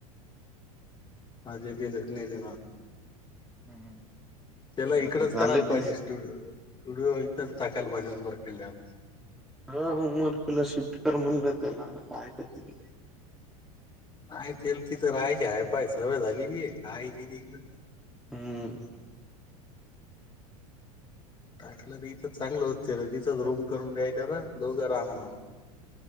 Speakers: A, on the left (about 25°); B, in the centre.
A: माझे <unintelligible> लख नाही निघना
B: हम्म.
A: त्याला इकडच
B: आता झालं
A: करायला
B: की
A: पाहिजे. स्टुडिओ स्टुडिओ इथ टाकायला पाहिजे उंबरकिल्यावर.
B: सरळ उमरखीला शिफ्ट कर म्हणलं त्याला काय करतील.
A: आहे तेल तिथ राहायची हाय फाय सवय झालेलीय काय येतील इकड.
B: हम्म.
A: टाकलंत इथं चांगलं होत तिथच रूम करून दयायचं ना दोघं राहा म्हणून.